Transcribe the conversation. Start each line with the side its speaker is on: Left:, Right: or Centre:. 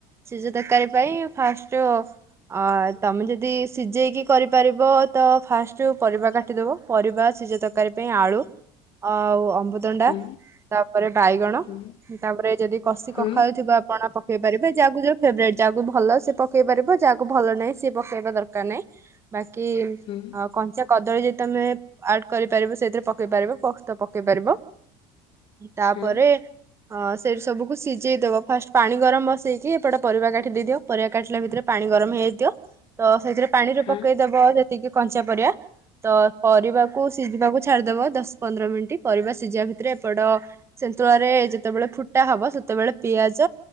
Right: ସିଜା ତରକାରୀ ପାଇଁ ଫାଷ୍ଟ ଓ ଆ ତମେ ଯଦି ସିଝେଇକି କରିପାରିବ ତ ଫାଷ୍ଟ ପରିବା କାଟିଦବ ପରିବା ସିଜା ତରକାରୀ ପାଇଁ ଆଳୁ ଆଉ ଅ ଅମୃତଭଣ୍ଡା
Left: ହୁଁ
Right: ତାପରେ ବାଇଗଣ
Left: ହୁଁ
Right: ତାପରେ ଯଦି କଷି
Left: ହୁଁ
Right: କଖାରୁ ଥିବା ଆପଣ ପକେଇ ପାରିବେ ଯାହା କୁ ଫେବରାଇଟ୍ ଯାହାକୁ ଭଲ ସେ ପକେଇ ପାରିବ ଯାହାକୁ ଭଲ ନାହିଁ ସି ପକେଇବା ଦରକାର ନାହିଁ ବାକି
Left: ହୁଁ
Right: ଆଉ କଞ୍ଚା କଦଳୀ ଯଦି ତମେ ଆଡ କରିପାରିବ ସେଇଥିରେ ପକେଇ ପାରିବ ପୋସ୍ତ ପକେଇ ପାରିବ ତାପରେ
Left: ହଁ।
Right: ଆ ସେଇଠୁ ସବୁକୁ ସିଝେଇଦବ ଫାଷ୍ଟ ପାଣି ଗରମ ବସେଇକି ଏପଟ ପରିବା କାଟି ଦେଇଦିଅ ପରିବା କାଟିଲା ଭିତରେ ପାଣି ଗରମ ହେଇଯାଇଥିବ ତ ସେଇଥିରେ ପାଣିରେ
Left: ହଁ
Right: ପକେଇଦବ ଯେତିକି କଞ୍ଚା ପରିବା ତ ପରିବାକୁ ସିଜିବାକୁ ଛାଡିଦବ ଦଶ ପନ୍ଦର ମିନିଟ ପରିବା ସିଝିବା ଭିତରେ ଏପଟ ସେନ୍ତୁଳରା ଯେତେବେଳେ ଫୁଟା ହବ ସେ ସେତେବେଳେ ପିଆଜ